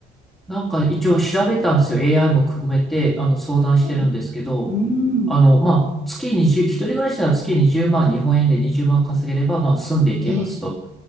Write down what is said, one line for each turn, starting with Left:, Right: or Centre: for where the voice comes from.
Centre: なんか一応調べたんですよ。
Right: うん
Centre: AI も含めて、あの、相談してるんですけど、
Right: ええ、ええうん。
Centre: あの、まあ、月20、一人暮らしなら月20万、日本円で20万稼げれば、まあ、住んでいけますと。
Right: ええ、